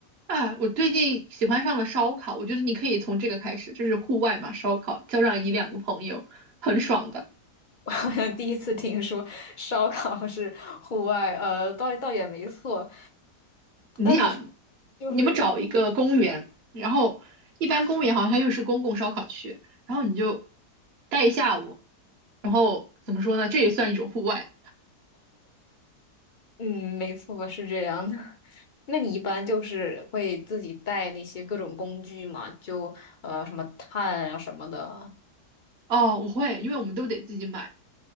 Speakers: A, on the right; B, on the left.
A: 啊，我最近喜欢上了烧烤，我觉得你可以从这个开始，就是户外嘛，烧烤，叫上一两个朋友，很爽的。
B: 我好像第一次听说烧烤是户外，呃，倒倒也没错。
A: 你想，
B: 那你是就是
A: 你们找一个公园，然后一般公园好像它又是公共烧烤区，然后你就待一下午，然后怎么说呢？这也算一种户外
B: 嗯，没错，是这样的。<laughs> 那你一般就是会自己带那些各种工具嘛？就呃什么炭啊什么的
A: 哦，我会，因为我们都得自己买。